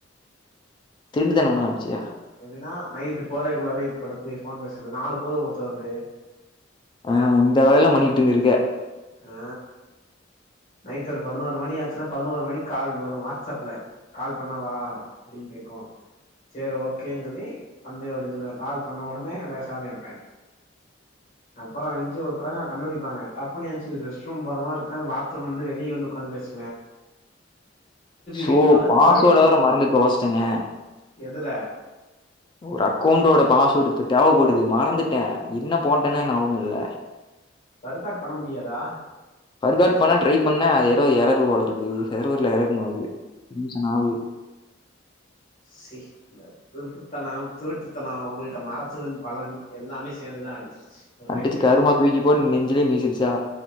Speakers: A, on the left (about 25°); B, on the left (about 40°).
A: திருட்டுதனம் பண்ண ஆரம்பிச்சியா
B: எப்டின்னா நைட்டு போர்வைக்குள்ள போய் படுத்து ஃபோன் பேசுறது நாலு போர்வ போத்தறது
A: ஆஹ அந்த வேலல்லாம் பண்ணிட்டுருந்திருக்க
B: ஆ நைட் ஒரு பதினோரு மணி ஆச்சுன்னா பதினோரு மணிக்கு கால் வரும் வாட்ஸ்அப்ல கால் பண்ணவா அப்டின்னு கேக்கும் சரி ஓகேன்னு சொல்லி பண்ணு அப்டினு சொல்லுவ கால் பண்ண ஒடனே பேச ஆரம்பிப்பே அப்பறம் ஏந்ச்சு ஒரு <unintelligible> கண்டுபுடிப்பாங்க டப்புன்னு ஏந்ச்ச ஒரு ரெஸ்ட்ரூம் போற மாறி இருக்கு பாத்ரூம்ல இருந்து வெளிய வந்து ஒக்காந்து பேசு
A: சோ
B: வீட்டுக்குள்ள வந்து
A: பாஸ்
B: பலபடி
A: வார்ட் வேற
B: போ
A: மறந்து தொலச்சுட்டேங்க
B: எதுல
A: ஒரு அக்கௌன்ட்டோட பாஸ்வேர்டு இப்ப தேவப்படுது மறந்துட்டேன் இன்ன போட்டேன்ன ஞாபம் இல்ல
B: ஃபார்காட் பண்ண முடியாதா
A: ஃபார்காட் பண்ணா ட்ரை பண்ணே அது ஏதோ எர்றரு போல இருக்குது சர்வர்ல எர்றன்னு
B: ஓ
A: வருது டென்ஷன் ஆகுது
B: சே இந்த திருட்டுத்தனம் திருட்டுத்தனம் உங்கள்ட்ட மறைச்சதன் பலன் எல்லாமே சேந்துதா அடிச்சிருச்சு ஒரேடியா
A: அடிச்சு கருமா தூக்கி போட்டு நெஞ்சுலயே மீச்சிருச்சா